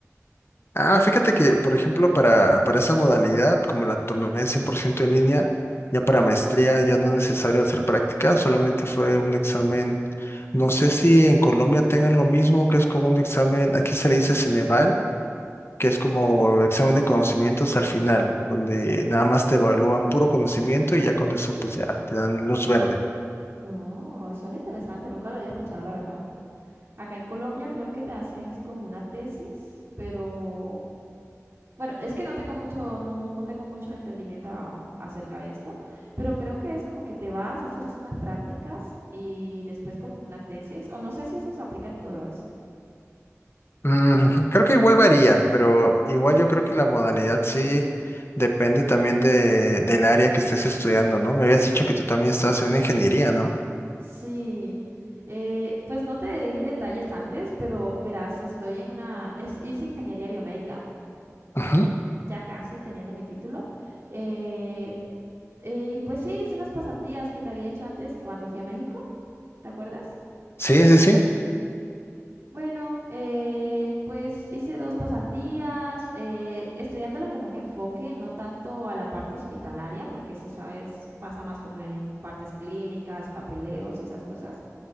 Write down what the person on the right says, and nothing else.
Oh, son interesantes, nunca lo había escuchado, la verdad. Acá en Colombia creo que te hacen es como una tesis, pero Bueno, es que no tengo mucho, no, no tengo mucho entendimiento a- acerca de esto, pero creo que es como que te vas a hacer unas prácticas y después como que una tesis, o no sé si eso se aplica en todas.
Sí, eh, pues no te di detalles antes, pero verás, estoy en una, es, hice ingeniería biomédica,
ya casi teniendo mi título, eh, eh, y pues sí, hice unas pasantías que te había dicho antes cuando fui a México, ¿te acuerdas?
Bueno, eh, pues hice dos pasantías, eh, estudiándole como un enfoque, no tanto a la parte hospitalaria, porque si sabes, pasa más como en partes clínicas, papeleos y esas cosas,